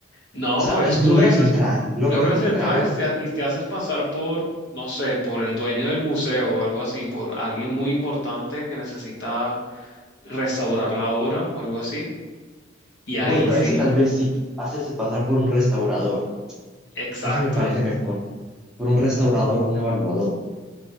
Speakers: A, on the left; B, in the centre.
A: No,
B: O sea,
A: pues
B: eh, logras
A: tú dices,
B: entrar, logras
A: logras
B: entrar
A: entrar y te, y te haces pasar por, no sé, por el dueño del museo o algo así, por alguien muy importante que necesita restaurar la obra o algo así. Y ahí
B: Bueno,
A: sí,
B: eso tal vez sí, hacerse pasar por un restaurador.
A: exacto,
B: Ese me parece mejor. Por un restaurador o un evaluador.